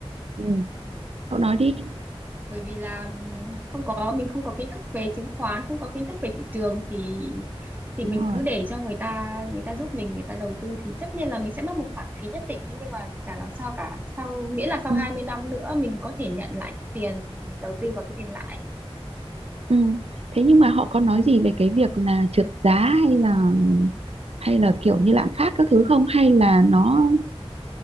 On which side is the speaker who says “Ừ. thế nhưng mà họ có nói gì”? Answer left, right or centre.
Right